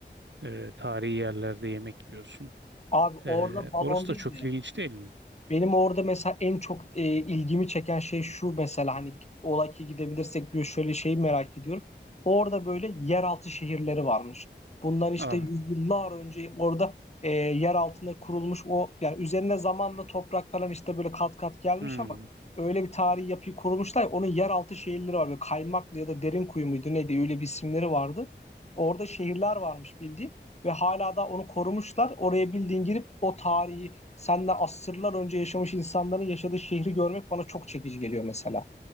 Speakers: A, on the right (about 75°); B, on the left (about 35°).
A: e, tarihi yerlerde yemek yiyorsun
B: Abi orada
A: Ee,
B: balon
A: orası
B: değil
A: da çok
B: de
A: ilginç değil mi?
B: Benim orada mesela en çok e, ilgimi çeken şey şu mesela hani ola ki gidebilirsek diyor şöyle şeyi merak ediyorum. Orada böyle yeraltı şehirleri varmış. Bundan işte
A: Aa,
B: yüzyıllar önce orada e, yer altında kurulmuş o yani üzerine zamanla toprak falan işte böyle kat kat gelmiş
A: hmm.
B: ama öyle bir tarihi yapıyı kurmuşlar. ya, Onun yeraltı şehirleri var. Böyle Kaymaklı ya da derin kuyu muydu neydi öyle bir isimleri vardı. Orada şehirler varmış bildiğin ve hala da onu korumuşlar. Oraya bildiğin girip o tarihi senle asırlar önce yaşamış insanların yaşadığı şehri görmek bana çok çekici geliyor mesela.